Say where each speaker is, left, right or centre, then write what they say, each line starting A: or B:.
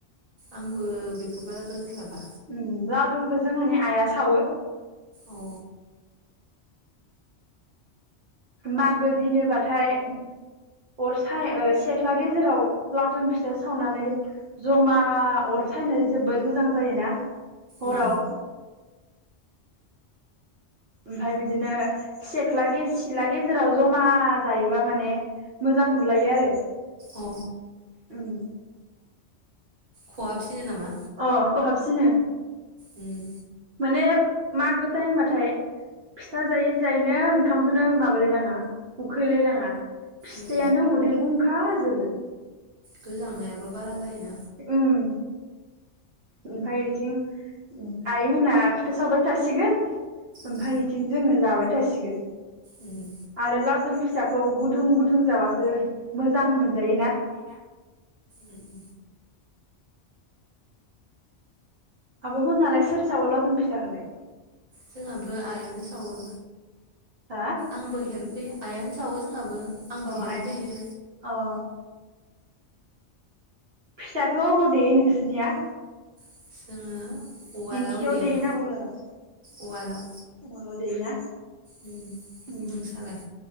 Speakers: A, on the right; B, on the right.
A: आंबो बे बारा रोंस्लाबा।
B: उम लावदुमखौ जोंहानि आइआ सावो।
A: अ
B: मागो दिनोबाथाय अर साय ओ सेख्ला गेजेराव लावदुम फिथा सावनानै जमा अर सायनो जोबोद मोजां जायोना।
A: उम
B: अराव। ओमफाय बिदिनो सेख्ला गेज सिला गेजेराव जमा जायोबा माने मोजां नुलायो आरो।
A: अ
B: उम।
A: खहाबसिनो नामा।
B: अ खहाबसिनो।
A: उम
B: माने मागो ताएमबाथाय फिथा जायै जायैनो ओंखामखौनो माबालाय लाङा उखैलायलाङा। फिथायानो
A: उम
B: उदै बुंखाजोबो।
A: गोजांनायाबो बारा जायोना।
B: उम। ओमफ्राय बिथिं आइ मोना फिथा सावबाय थासिगोन। ओमफ्राय
A: औ
B: इथिं जोङो जाबाय थासिगोन।
A: उम
B: आरो लावदुम फिथा खौ गुदुं गुदुं जाबासो मोजां मोन जायो ना।
A: उम
B: आब' मोनालाय सोर सावो लावदुम फिथाखौलाय?
A: जोंहाबो आइयानो सावो।
B: हा
A: आंबो हेल्प होयो आइयानो सावो जोंहाबो। आंबो
B: अ
A: हेल्प
B: आइयानो
A: होयो
B: अ फिथाखौ ओबाव देयो नोंसिनिया?
A: जोङो उवालाव
B: दिंखियाव
A: देयो
B: दे ना उलाराव?
A: उवालाव
B: ओ देयोना।
A: उम
B: उम
A: नोंसालाय